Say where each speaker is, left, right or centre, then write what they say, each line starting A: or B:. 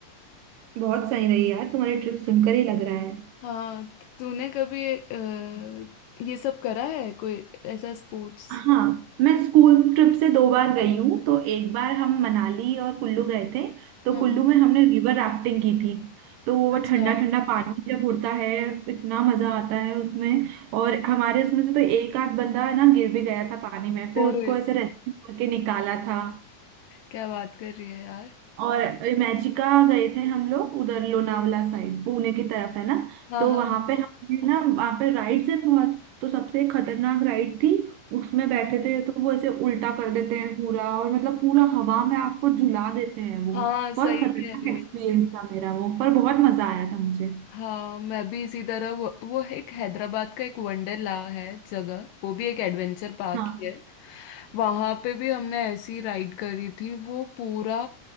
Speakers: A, on the right; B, on the left.
A: बहुत सही रही यार तुम्हारी ट्रिप सुनकर ही लग रहा है
B: हाँ त- तूने कभी अ, ये सब करा है कोई ऐसा स्पोर्ट्स
A: हाँ मैं स्कूल ट्रिप से दो बार गई हूँ तो एक बार हम मनाली और कुल्लू गए थे तो
B: हम्म
A: कुल्लू में हमने रिवर राफ्टिंग की थी तो वो
B: अच्छा
A: ठंडा ठंडा पानी जब उड़ता है इतना मजा आता है उसमें और हमारे उसमें से तो एक आध बंदा ना गिर भी गया था पानी में
B: और
A: फिर उसको ऐसे रेस्क्यू करके निकाला था
B: क्या बात कर रही है यार
A: और इमेजिका गए थे हम लोग उधर लोनावला साइड पुणे की तरफ है ना
B: हाँ
A: तो
B: हाँ
A: वहां
B: हाँ
A: पे हमने ना वहां पे राइड्स है बहुत तो सबसे खतरनाक राइड थी उसमें बैठे थे तो वो ऐसे उल्टा कर देते हैं पूरा और मतलब पूरा हवा में आपको झुला देते हैं वो
B: हाँ
A: बहुत
B: सही
A: खतरनाक
B: कह रही
A: एक्सपीरियंस
B: है
A: था मेरा वो पर बहुत मजा आया था मुझे
B: हाँ मैं भी इसी तरह वो, वो एक हैदराबाद का एक वंडरला है जगह वो भी एक एडवेंचर पार्क
A: हाँ
B: ही है वहां पे भी हमने ऐसी राइड करी थी वो पूरा